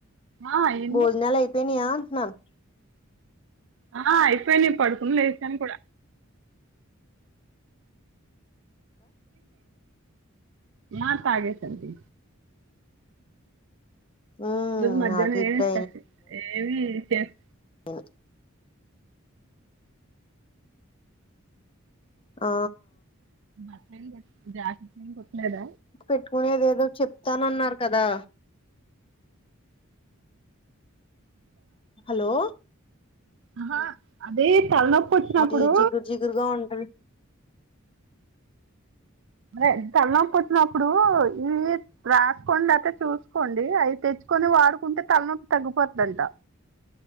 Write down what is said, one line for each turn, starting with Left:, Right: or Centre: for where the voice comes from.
Right: ఆ ఏంది.
Left: భోజనాలు అయిపోయినాయా అంటున్నాను
Right: ఆ అయిపోయింది పడుకునీ లేసాను కూడ. ఆ తాగేసండి.
Left: ఉమ్
Right: అద్ మధ్యానం
Left: నాకు ఇప్పుడు
Right: ఏం ఇసుకోచ్ ఏమి చేస్.
Left: అ ఆ.
Right: అట్లెం లేదు జాకిట్లేం కుట్టలేద.
Left: పెట్టుకునేదేదో ఏదో చెప్తానన్నారు కదా. హలో
Right: ఆహా అది తలనొప్పి. పోచ్చున్నప్పుడు.
Left: అది జిగురు జిగురుగా ఉంటది.
Right: అరే తలనొప్పివచిన్నపుడు ఇవి. రాసుకోండి ఐతే చూసుకోండి అవి తెచ్చుకొని వాడుకుంటే తలనొప్పి తగ్గిపోదంట.